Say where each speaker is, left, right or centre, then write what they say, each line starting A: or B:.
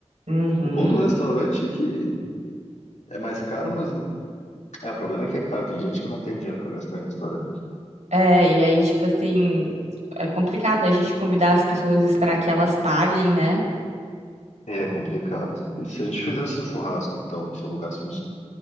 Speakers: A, on the right; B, on the left.
A: Uhum.
B: O bom do restaurante é que é mais caro, mas. né? É, o problema é que é caro. Tem gente que não tem dinheiro para gastar em restaurante.
A: É, e aí, tipo assim, é complicado a gente convidar as pessoas e esperar que elas paguem, né?
B: É complicado. E se a gente fizesse um churrasco, então, a gente alugasse um,